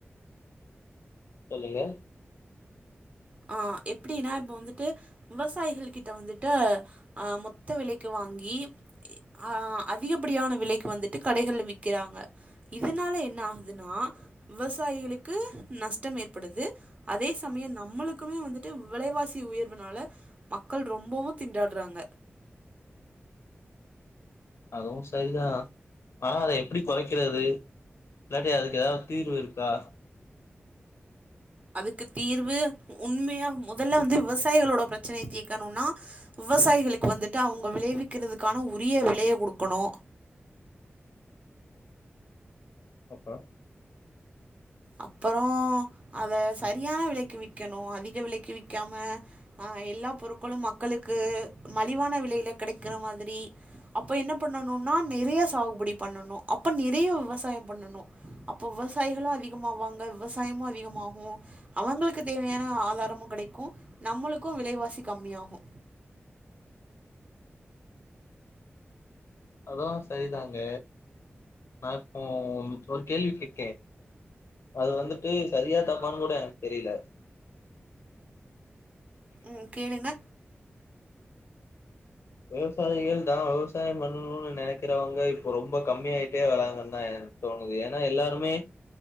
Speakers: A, on the left (about 80°); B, on the right (about 35°).
A: சொல்லுங்க
B: ஆ எப்டின்னா இப்ப வந்துட்டு விவசாயிகள் கிட்ட வந்துட்டு ஆ மொத்த விலைக்கு வா ங்கி ஆ அதிகப்படியான விலைக்கு வந்துட்டு கடைகள்ல விக்கிறாங்க இதுனால என்ன ஆகுதுன்னா விவசாயிகளுக்கு நஷ்டம் ஏற்படுது அதே சமயம் நம்மளுக் குமே வந்துட்டு விலைவாசி உயர்வுனால மக்கள் ரொம்பவு திண்டாடுறாங்க
A: அதுவு சரிதா ஆனா அத எப்டி கொறைக்கிறது இல்லாட்டி அதுக்கு ஏதாவது தீர்வு இருக்கா
B: அதுக்கு தீர்வு உண்மையா மொதல்ல வந்து விவசாயிகளோட பிரச்சனைய தீர்க்கணுன்னா விவசாயிகளுக்கு வந்துட்டு அவுங்க விளைவிக்கிறதுக்கான உரிய விலைய குடுக்கணு
A: அப்பறோ
B: அப்பறோ அத சரியான விலைக்கு விக்கணு அதிக விலைக்கு விக்காம ஆ எல்லா பொருட்களும் மக்களுக்கு மலிவான விலைல கெடைக்கிற மாதிரி அப்ப என்ன பண்ணனு ன்னா நெறையா சாகுபடி பண்ணணு அப்ப நெறையா விவசாயம் பண்ணணு அப்ப விவசாயிகளு அதிக மாவாங்க விவசாயமு அதிகமாகு அவங்களுக்கு தேவையான ஆதாரமு கெடைக்கு நம்மளுக்கு விலைவாசி கம்மி ஆகு
A: அதெல்லா சரிதாங்க நா இப்போ ஒரு கேள்வி கேக்கே அது வந்துட்டு சரியா தப்பான்னு கூட எனக்கு தெரில
B: ம் கேளுங்க
A: விவசாயிகள்தா விவசாயம் பண்ணணுன்னு நெனைக்கிறவங்க இப்ப ரொம்ப கம்மியாயிட்டே வராங்கன்தா எனக்கு தோணுது ஏன்னா எல்லாருமே